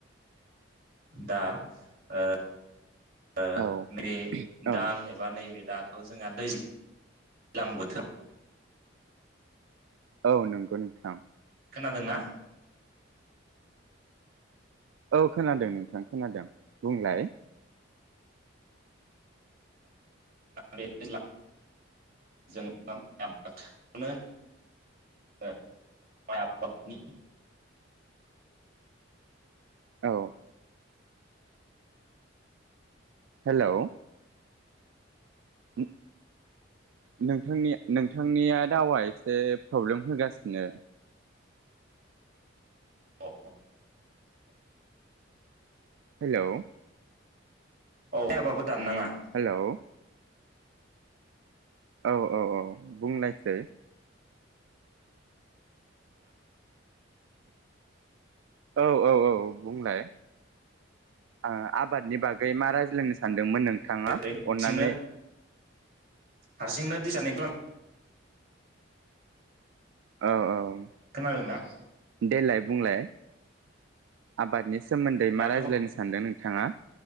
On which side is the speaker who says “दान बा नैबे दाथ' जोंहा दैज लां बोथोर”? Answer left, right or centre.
Right